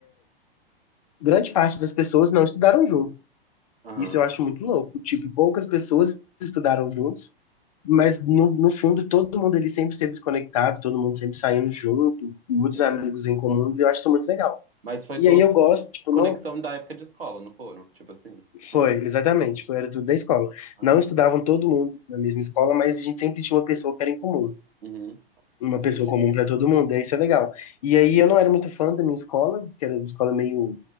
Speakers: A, on the left; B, on the right.
A: grande parte das pessoas não estudaram junto.
B: Aham,
A: Isso eu acho muito louco. Tipo, poucas pessoas estudaram juntos, mas no, no fundo todo mundo ele sempre esteve conectado, todo mundo sempre saindo junto, muitos
B: sim.
A: amigos em comuns, e eu acho isso muito legal.
B: Mas foi
A: E
B: toda
A: aí eu gosto, tipo,
B: conexão
A: não.
B: da época de escola, não foram? Tipo assim?
A: Foi,
B: Hum.
A: exatamente, foi, era tudo da escola.
B: aham.
A: Não estudavam todo mundo na mesma escola, mas a gente sempre tinha uma pessoa que era em comum.
B: Uhum,
A: Uma pessoa
B: entendi.
A: comum para todo mundo, e isso é legal. E aí eu não era muito fã da minha escola, que era uma escola meio